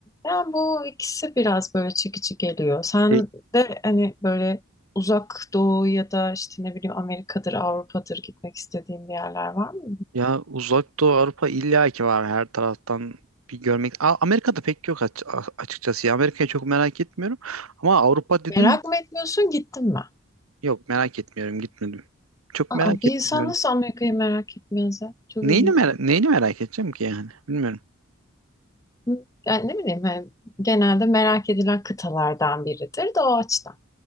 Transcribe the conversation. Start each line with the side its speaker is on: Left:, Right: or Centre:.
Left: yani bu ikisi biraz böyle çekici geliyor. Sen
Right: E,
Left: de hani böyle uzak doğu ya da işte ne bileyim Amerika'dır, Avrupa'dır gitmek istediğin bir yerler var mı?
Right: Ya Uzak Doğu Avrupa illa ki var her taraftan bir görmek. A- Amerika'da pek yok aç- a- açıkçası ya Amerika'yı çok merak etmiyorum ama Avrupa dedin
Left: Merak mı etmiyorsun, gittin mi?
Right: Yok merak etmiyorum gitmedim. Çok
Left: Aa,
Right: merak
Left: bir
Right: etmiyorum.
Left: insan nasıl Amerika'yı merak etmez ya? Çok
Right: Neyini
Left: ilginç.
Right: merak, neyini merak edeceğim ki yani? Bilmiyorum.
Left: Hı? Yani ne bileyim hani genelde merak edilen kıtalardan biridir de o açıdan.